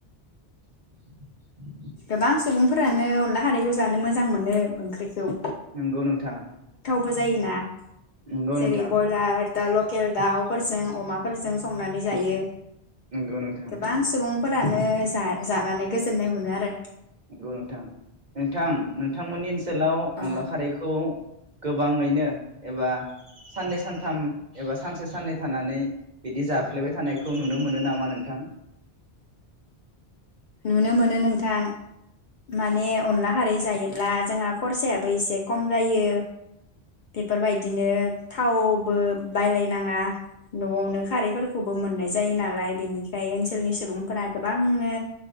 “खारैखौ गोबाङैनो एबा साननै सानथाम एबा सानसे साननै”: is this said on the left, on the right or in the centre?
Right